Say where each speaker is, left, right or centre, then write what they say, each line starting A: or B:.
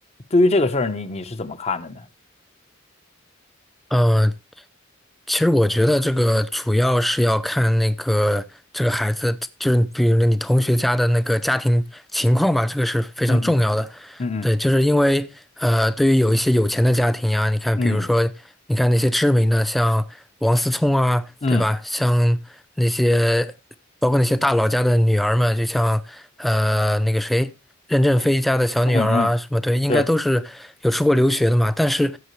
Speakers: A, on the left; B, in the centre.
A: 对于这个事儿，你你是怎么看的呢？
B: 嗯，呃其实我觉得这个主要是要看那个这个孩子，就是比如你同学家的那个家庭情况吧，这个是非常重要的。
A: 嗯嗯
B: 对，就是因为呃，对于有一些有钱的家庭呀，你看，
A: 嗯
B: 比如说，你看那些知名的，像王思聪啊，
A: 嗯嗯
B: 对吧？像那些包括那些大佬家的女儿们，就像呃那个谁，任正非家的小女儿啊，
A: 嗯嗯嗯，
B: 什么对，应该都是有出国留学的嘛。
A: 是，
B: 但是